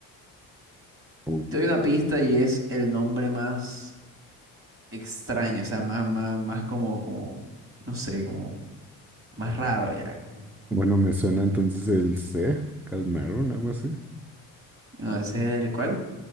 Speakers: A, in the centre; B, on the right.
A: Oh,
B: Te doy una pista y es el nombre más extraño, o sea, más, más, más como, como, no sé, como más raro ya. como-
A: Bueno, me suena entonces el C, Calmerun, algo así.
B: No, ese es el cual.